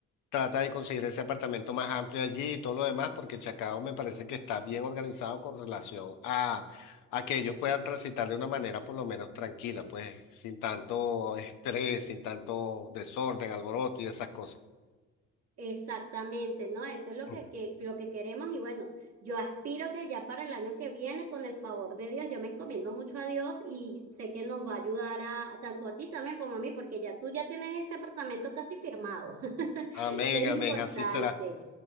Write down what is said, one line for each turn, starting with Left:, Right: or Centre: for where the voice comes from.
Left: trata de conseguir ese apartamento más amplio allí y todo lo demás, porque Chacao me parece que está bien organizado con relación a, a que ellos puedan transitar de una manera por lo menos tranquila, pues sin tanto estrés, sin tanto desorden, alboroto y esas cosas.
Right: Exactamente, ¿no? Eso es
Left: <clears throat>
Right: lo que, que- lo que queremos y bueno, yo aspiro que ya para el año que viene, con el favor de Dios, yo me encomiendo mucho a Dios y sé que nos va a ayudar a, tanto a ti también como a mí, porque ya tú ya tienes ese apartamento casi firmado. <laughs>
Left: Amén,
Right: Eso es lo
Left: amén,
Right: importante.
Left: así será.